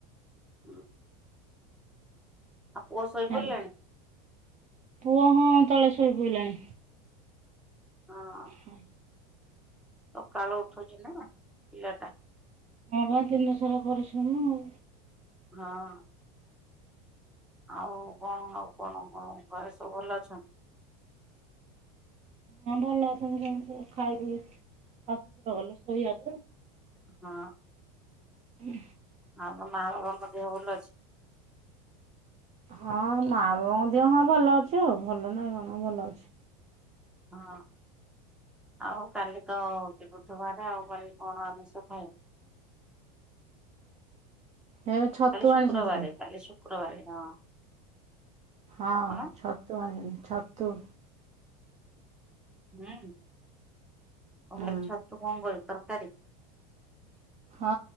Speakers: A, in the centre; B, on the right.
A: ହଁ ଆ ପୁଅ ଶୋଇ
B: ହାଲୋ।
A: ପଡ଼ିଲାଣି?
B: ପୁଅ ହଁ ତଳେ ଶୋଇପଡ଼ିଲାଣି।
A: ହଁ।
B: ହୁଁ।
A: ସକାଳୁ ଉଠୁଚିନା ପିଲାଟା।
B: ହଁ ବା ଦିନ ଶରା ପରିଶ୍ରମ ଆଉ।
A: ହଁ। ଆଉ କଣ ଆଉ କଣ ଘରେ ସବୁ ଭଲ ଅଛନ୍ତି?
B: ହଁ ଭଲ ଅଛନ୍ତି ସମସ୍ତେ। ଖାଇ ପିଇକି ଶାଶୁ ଶୁର ଗଲେ ଶୋଇବାକୁ।
A: ହଁ।
B: ହୁଁ
A: ଆମ ମା ବାବା ଙ୍କ ଦେହ ଭଲ ଅଛି?
B: ହଁ ମା ବାବାଙ୍କ ଦେହ ହଁ ଭଲ ଅଛି ଆଉ ଭଲ ନହିଁ କଣ ଭଲ ଅଛି।
A: ହଁ ଆଉ କାଲି ତ ହଉଚି ବୁଧୁବାରେ ଆଉ କାଲି କଣ ଆମିଷ ଖାଇବୁ?
B: ହେ ଛତୁ
A: କାଲି ଶୁକ୍ରବାରେ
B: ଆଣିଛନ୍ତି ରେ
A: କାଲି ଶୁକ୍ରବାରେ ହଁ।
B: ହଁ
A: କଣ
B: ଛତୁ ଆଣିବି ଛତୁ
A: ହୁଁ ଆଉ
B: ହୁଁ
A: କଲି ଛତୁ କଣ କରିବୁ ତରକାରୀ?
B: ହଁ